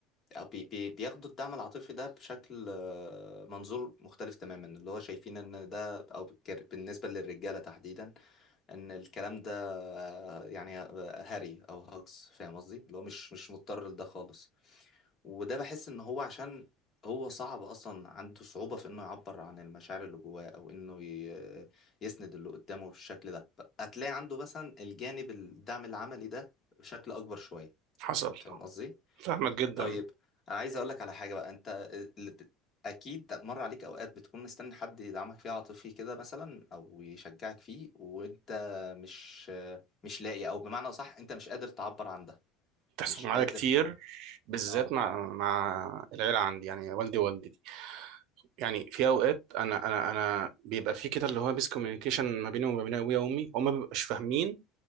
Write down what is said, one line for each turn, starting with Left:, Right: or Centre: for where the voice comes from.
Left: أو بي بي بياخدوا الدعم العاطفي ده بشكل آه، منظور مختلف تماما اللي هو شايفين ان ده او بالكر- بالنسبة للرجالة تحديدا ان الكلام ده آه، يعني آه، هري او هاكس فاهم قصدي اللي هو مش مش مضطر لده خالص وده بحس ان هو عشان هو صعب اصلا عنده صعوبة في انه يعبر عن المشاعر اللي جواه او انه ي- يسند اللي قدامه بالشكل ده هتلاقي عنده مثلا الجانب الدعم العملي ده بشكل اكبر شوية
Right: حصل
Left: فاهم قصدي
Right: فاهمك جدا
Left: طيب انا عايز اقول لك على حاجة بقى انت اللي بت- اكيد مر عليك اوقات بتكون مستني حد يدعمك فيه عاطفي كده مثلا او يشجعك فيه وانت مش مش لاقي او بمعنى صح انت مش قادر تعبر عن ده
Right: تحصل
Left: مش
Right: معايا
Left: قادر
Right: كتير بالذات
Left: اه
Right: مع مع العيله عندي يعني والدي ووالدتي يعني في اوقات انا انا انا بيبقى في كده اللي هو ميس كوميونيكيشن ما بيني وما بين ابويا وامي هما ما بيبقاش فاهمين